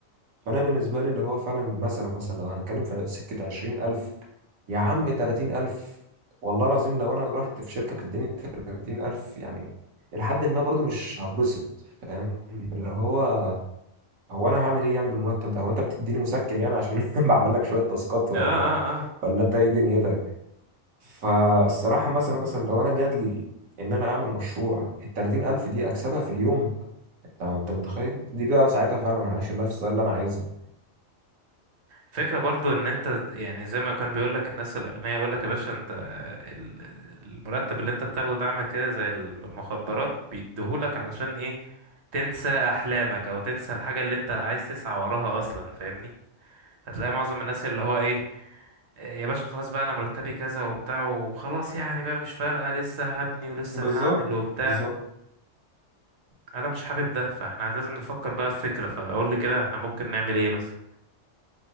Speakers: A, on the right; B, on the right.
A: فانا بالنسبه لي اللي هو فعلا مثلا مثلا لو هنتكلم في سكه 20000 يا عم 30000 والله العظيم لو انا رحت في شركه بتديني 30000 يعني لحد ما برضو مش هتبسط فاهم اللي هو هو انا هعمل ايه يعني بالمرتب ده هو انت بتديني مسكن يعني عشان <laughs> بعمل لك شويه تاسكات ولا
B: اه اه اه
A: ولا انت ايه دنيتك فالصراحة مثلا مثلا لو أنا جات لي إن أنا أعمل مشروع التلاتين ألف دي أكسبها في اليوم أنت أنت متخيل؟ دي بقى ساعتها فعلا أنا هعيش اللايف ستايل اللي أنا عايزها
B: الفكرة برضو ان انت يعني زي ما كان بيقول لك الناس الاغنياء يقول لك يا باشا انت ال- المرتب اللي انت بتاخده ده عامل كده زي المخدرات بيديهولك علشان ايه تنسى احلامك او تنسى الحاجة اللي انت عايز تسعى وراها اصلا فاهمني هتلاقي معظم الناس اللي هو ايه يا باشا خلاص بقى انا مرتبي كذا وبتاع وخلاص يعني بقى مش فارقة لسه هبني ولسه
A: بالظبط
B: هعمل وبتاع
A: بالظبط
B: فانا مش حابب ده فاحنا لازم نفكر بقى في فكرة فاقول لي كده احنا ممكن نعمل ايه مثلا